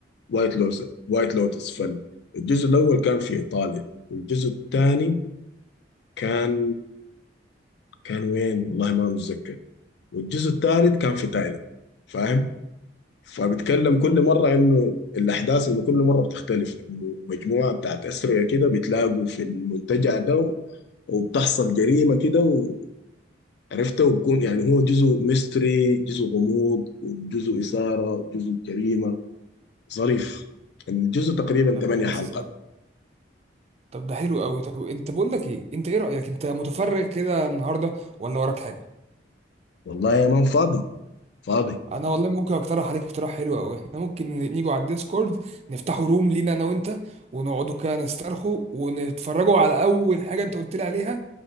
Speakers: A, on the left (about 60°); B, on the right (about 35°).
A: وايت لوتس وايت لوتس فالجزء الأول كان في إيطاليا والجزء الثاني كان كان وين والله ما متذكر والجزء الثالث كان في تايلاند فاهم فبتكلم كل
B: مم.
A: مرة إنه الأحداث إنه كل مرة بتختلف إنه مجموعة بتاعت أسرية كده بتلاقوا في المنتجع ده و- وبتحصل جريمة كده و- عرفتها وبكون يعني هو جزء ميستري جزء غموض وجزء إثارة وجزء جريمة ظريف الجزء تقريبا
B: طب
A: ثمانية
B: ده لذيذ
A: حلقات
B: أوي طب ده حلو أوي طب انت بقول لك ايه انت ايه رأيك انت متفرغ كده النهاردة ولا وراك حاجة
A: والله يا مان فاضي فاضي
B: انا والله ممكن اقترح عليك اقتراح حلو قوي احنا ممكن نيجوا على الديسكورد نفتحوا روم لينا انا وانت ونقعدوا كده نسترخوا ونتفرجوا على اول حاجه انت قلت لي عليها